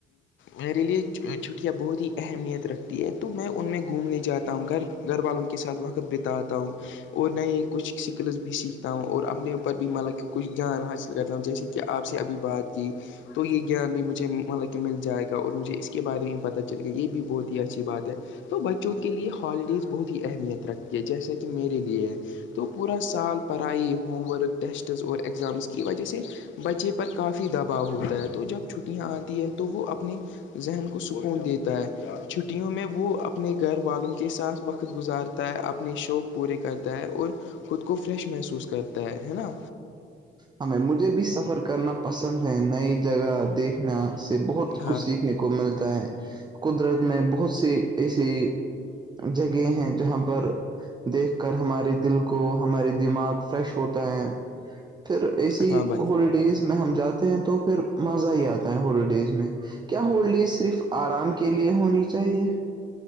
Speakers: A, on the left; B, on the right.
A: میرے لیے چھٹیاں بہت ہی اہمیت رکھتی ہے تو میں ان میں گھومنے جاتا ہوں گھر گھر والوں کے ساتھ وقت بتاتا ہوں اور نئے کچھ سکلس بھی سیکھتا ہوں اور اپنے اوپر بھی مطلب کہ کچھ دھیاناصل کرتا ہوں جیسے کہ کیا آپ سے ابھی بات کی تو یہ گیان بھی مجھے مطلب کہ مل جائے گا اور مجھے اس کے بارے میں پتہ چلے گیا یہ بھی بہت ہی اچھی بات ہے تو بچوں کے لیے ہالیڈیز بہت ہی اہمیت رکھتی ہے جیسا کہ میرے لیے تو پورا سال پرڑائی ہوم ورک ٹیسٹس اور ایگزامس کی وجہ سے بچے پر کافی دباؤ ہوتا ہے تو جب چھٹیاں آتی ہے تو وہ اپنے ذہن کو سکون دیتا ہے چھٹیوں میں وہ اپنے گھر والوں کے ساتھ وقت گزار تا اپنے شوق پورے کرتا ہے اور خود کو فریش محسوس کرتا ہے ہے نا
B: ہم مجھے بھی سفر کرنا پسند ہے نئی جگہ دیکھ سنا سے بہت
A: ہاں
B: کچھ سیکھنے کو ملتا ہے قدرت میں بہت سے ایسے جگہ ہیں جہاں پر دیکھ کر ہمارے دل کو ہمارے دماغ فریش ہوتا ہے پھر ایسی
A: ہاں بھائی
B: ہولی ڈز میں ہم جاتے ہیں تو پھر مزہ ہی آتا ہے ہولیڈیز میں کیا ہولڈی صرف آرام کے لیے ہونی چاہیے